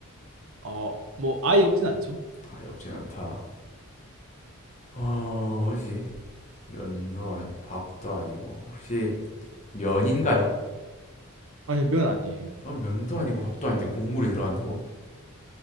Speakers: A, on the right; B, on the left.
A: 어, 뭐 아예 없진 않죠.
B: 아예 없진 않다. 어, 뭐지? 면도 아니, 밥도 아니고 혹시 면인가요?
A: 아니, 면 아니에요.
B: 어, 면도 아니고 밥도 아닌데 국물이 들어간다고?